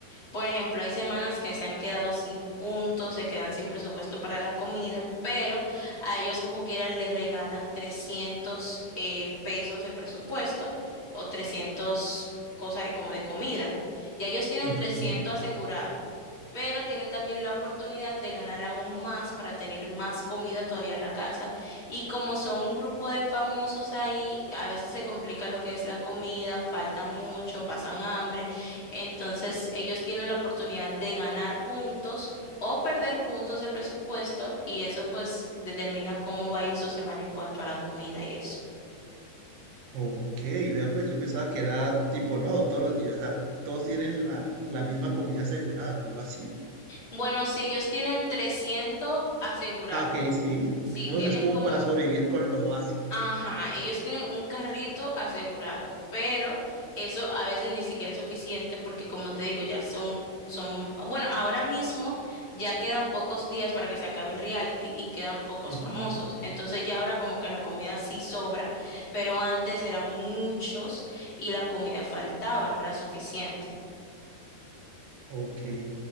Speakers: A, on the left; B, on the right.
A: Por ejemplo, hay semanas que se han quedado sin puntos, se quedan sin presupuesto para la comida, pero a ellos como quieran les regalan 300 eh, pesos de presupuesto o 300 cosas de, como de comida. Ya ellos tienen
B: ujú.
A: 300 asegurado, pero tienen también la oportunidad de ganar aún más para tener más comida todavía en la casa. Y como son un grupo de famosos ahí, a veces se complica lo que es la comida, falta mucho, pasan hambre. Entonces, ellos tienen la oportunidad de ganar puntos o perder puntos de presupuesto y eso pues determina cómo va a ir su semana en cuanto a la comida y eso.
B: Ok, vea, pues yo pensaba que era tipo, no, todos los días, o sea, todos tienen la, la misma comida asegurada o algo así.
A: Bueno, si ellos tienen 300 asegurado,
B: Ah, ok, sí.
A: si
B: Digamos
A: tienen
B: que es como
A: como
B: para sobrevivir con lo básico.
A: Ajá, ellos tienen un carrito asegurado, pero eso a veces ni siquiera es suficiente porque como te digo, ya son, son, bueno, ahora mismo ya quedan pocos días para que se acabe el reality y quedan pocos
B: Ujú.
A: famosos. Entonces ya ahora como que la comida sí sobra, pero antes eran muchos y la comida faltaba, no era suficiente.
B: Ok,